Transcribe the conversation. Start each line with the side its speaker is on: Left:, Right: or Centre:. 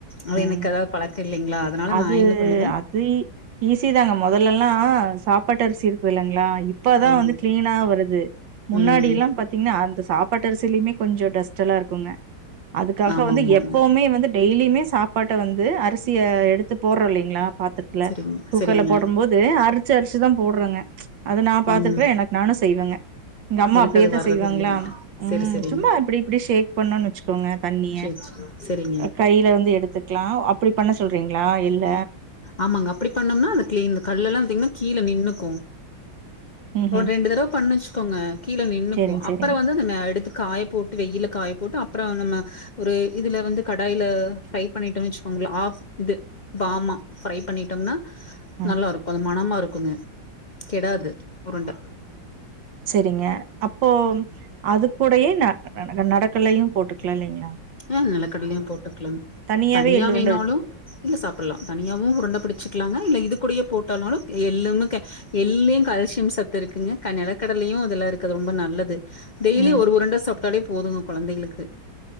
Left: அது
Right: உம்
Left: எனக்கு அதாது பழக்க இல்லைங்களா அதனால
Right: அது
Left: நா என்ன பண்ணுவே
Right: அது ஈஸி தாங்க முதல் எல்லா சாப்பாட்டு அரிசி இருக்கு இல்லைங்களா இப்பதா
Left: ஆம்
Right: வந்து கிளீனா வருது முன்னாடி
Left: ம்
Right: எல்லாம் பாத்தீங்கன்னா அந்த சாப்பாட்டு அரிசிலயுமே கொஞ்சோ டஸ்ட் எல்லா இருக்குங்க அதுக்காக
Left: ஆமா
Right: வந்து
Left: ஆமாங்க
Right: எப்பவுமே வந்து டெய்லியுமே சாப்பாட்ட வந்து அரி சிய எடுத்து போடுற இல்லைங்க ங்ளா பாத்து த்துல
Left: சரிங்க
Right: குக்கர்ல
Left: சரிங்க
Right: போடும் போது அறு பச்சரிசிதா போடுறங்க அது நா பாத்திருக்கிற
Left: ம்
Right: எனக்கு நானு செய்வங்க எங்க அம்மா
Left: எனக்கு
Right: அப்பேதா
Left: அது வர்றது
Right: செய்வாங்களா
Left: இல்லைங்க
Right: உம்
Left: செரி செரிங்க
Right: சும்மா அப்படி இப்படி ஷேக் பண்ணுனோனு வெச்சுக்கோங்க தண்ணிய
Left: சேரி சேரி செரிங்க
Right: கையில இருந்து எடு க்லா அப்படி பண்ண சொல்றீங்ளா ஆ இல்ல
Left: ஆமாங்க அப்படி பண்ணம்னா அது கிளீன் இந்த கல்லெல்லா பாத்தீங்கன்னா கீழ நின்னுக்கு
Right: ம்
Left: ஒ
Right: ம்
Left: ரெண்டு தடவ பண்ணுச்சு இருக்கோங்க கீழ நின்னுக்கு
Right: சேரிங் சேரிங்
Left: அப்பற வந்து அந்தன எடுத் காய போட்டு வெயில்ல காய போட்டு அப்பறோ நம்ம ஒரு இதுல வந்து கடாயில ஃப்ரை பண்ணிட்டன் வெச்சுக்கோங்ள ஆஃப் இது வாமா ஃப்ரை பண்ணிட்டம்னா
Right: ம்
Left: நல்லாருக்கு அது மணம்மார் க்குங்க கெடாது உருண்ட
Right: செரிங்க அப்போ அது கூடயே ந ந நட நடக்கல்லையு போட்டுக்லா இல்லிங்ளா
Left: அ நெலக்கடலியு போட்டுக்லாங்
Right: தனியாவே
Left: தனியா
Right: எள்ளுருண்ட
Left: வேணாலு
Right: வச்
Left: நிங்க சாப்பல்லா தனியாவு உருண்ட பிடிச்சு க்லாங்க இல்ல இது கூடயே போட்டானாலு எள்ளுமு க எள்ளியு கல்சியம் சத்து இருக்குங்க க நெலக்கடலயு அதுல இருக்குது ரொம்ப நல்லது டெய்லியு
Right: ம்
Left: ஒரு உருண்ட சாப்ட்டாலே போதுங்க கொழந்தைகளுக்கு